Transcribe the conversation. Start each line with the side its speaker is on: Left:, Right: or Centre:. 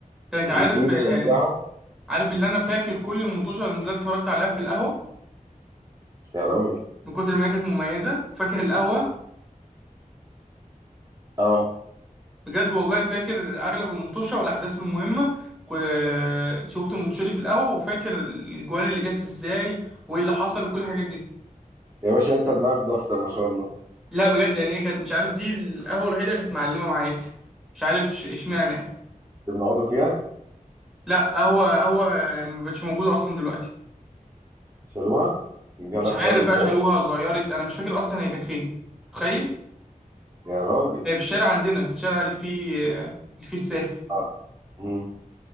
Centre: كانت
Right: الاثنين
Centre: عارف
Right: بشجعهم
Centre: آه، عارف اللي انا فاكر كل المطوشه اللي نزلت اتفرجت عليها في القهوه
Right: يا راجل
Centre: من كتر ما هي كانت مميزه فاكر القهوه
Right: اه
Centre: بجد والله فاكر اغلب المطوشه والاحداث المهمه كو- شفت المطوشه دي في القهوه وفاكر الجوان اللي جت ازاي وايه اللي حصل وكل الحاجات دي
Right: يا باشا انت دماغك دفتر ما شاء الله
Centre: لا بجد يعني هي كانت مش عارف دي القهوه الوحيده كانت معلمه معايا مش عارف إش- اشمعنى يعني
Right: اللي بنقعدوا فيها
Centre: لا قهوه قهوه ما بقتش موجوده اصلا دلوقتي
Right: شالوها جالها
Centre: مش عارف
Right: قرار ازاله
Centre: بقى شالوها اتغيرت انا مش فاكر اصلا هي كانت فين تخيل
Right: يا راجل
Centre: هي في الشارع عندنا الشارع اللي فيه اللي فيه الساهر
Right: اه امم